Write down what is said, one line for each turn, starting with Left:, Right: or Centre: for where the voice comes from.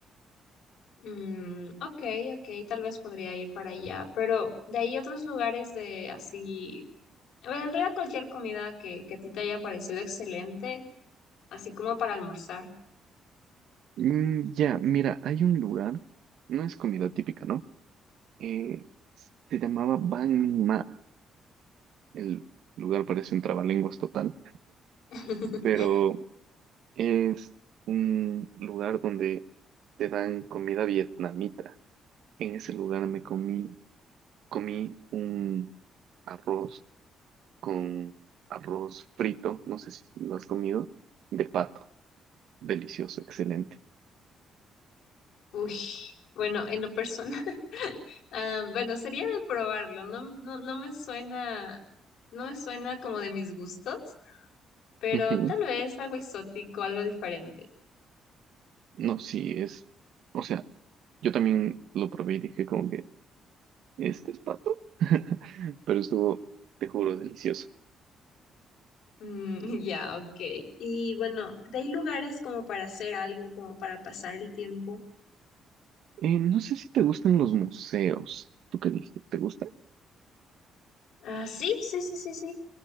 Left: Mm, ok, ok, tal vez podría ir para allá, pero de ahí otros lugares de así A en realidad cualquier comida que, que a ti te haya parecido excelente, así como para almorzar.
Right: Mm, ya, mira, hay un lugar, no es comida típica, ¿no? eh, se llamaba Bang Ma. El lugar parece un trabalenguas total,
Left: <laughs>
Right: pero es un lugar donde te dan comida vietnamita. En ese lugar me comí, comí un arroz con arroz frito, no sé si lo has comido, de pato. Delicioso, excelente.
Left: Uy, bueno, en lo personal, <laughs> ah, bueno, sería de probarlo. No, no, no me suena, no me suena como de mis gustos, pero
Right: Ujú.
Left: tal vez algo exótico, algo diferente.
Right: No, sí, es, o sea, yo también lo probé y dije como que Este es pato. <laughs> Pero estuvo, te juro, delicioso.
Left: Mm, <laughs> ya, ok. Y bueno, ¿de ahí lugares como para hacer algo, como para pasar el tiempo?
Right: Eh, no sé si te gustan los museos. ¿Tú qué dices? ¿Te gustan?
Left: Ah, sí, sí, sí, sí, sí,